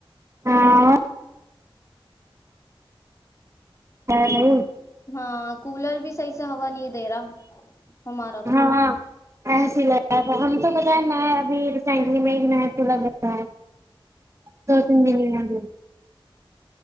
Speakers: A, on the right; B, on the left.
A: ہاں <unintelligible> نہیں
B: ہاں کولر بھی صحیح سے ہوا نہیں دے رہا ہمارا تو
A: ہاں ایسی لگا ہم تو پت ن اب <unintelligible> چائلی میں میں تلا با ہے دو تین دنے <unintelligible>